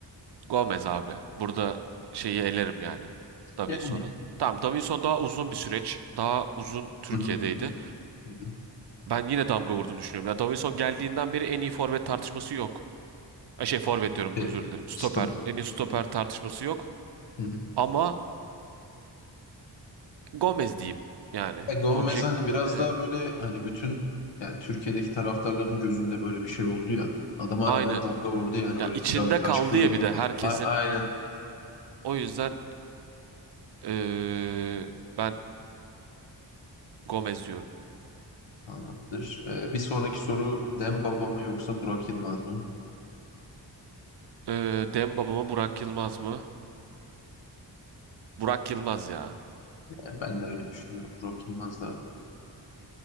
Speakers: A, on the right; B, on the left.
A: Gomez abi. Burada şeyi elerim yani. Davinson'u.
B: Yani.
A: Tamam Davinson daha uzun bir süreç. Daha uzun Türkiye'deydi.
B: Hı hı, hı hı, hı hı.
A: Ben yine damga vurduğunu düşünüyorum. Ya Davinson geldiğinden beri en iyi forvet tartışması yok. E, Şey forvet diyorum
B: E,
A: özür dilerim. Stoper.
B: Stoper.
A: En iyi stoper
B: Hı hı,
A: tartışması yok.
B: hı hı.
A: Ama Gomez diyeyim yani.
B: Ya Gomez
A: Objekt.
B: hani biraz
A: E,
B: daha böyle hani bütün yani Türkiye'deki taraftarların gözünde böyle bir şey oldu ya. Adam harbiden
A: aynen.
B: damga vurdu yani
A: Ya
B: böyle
A: içinde
B: kiralık
A: kaldı
B: aşk diye
A: ya
B: gitti.
A: bir de herkesin.
B: A- aynen.
A: O yüzden eee, ben Gomez diyorum.
B: Tamamdır. Ee, bir sonraki soru Demba mı yoksa Burak Yılmaz mı?
A: Eee Demba mı Burak Yılmaz mı? Burak Yılmaz ya.
B: Yani ben de öyle düşünüyorum. Burak Yılmaz da.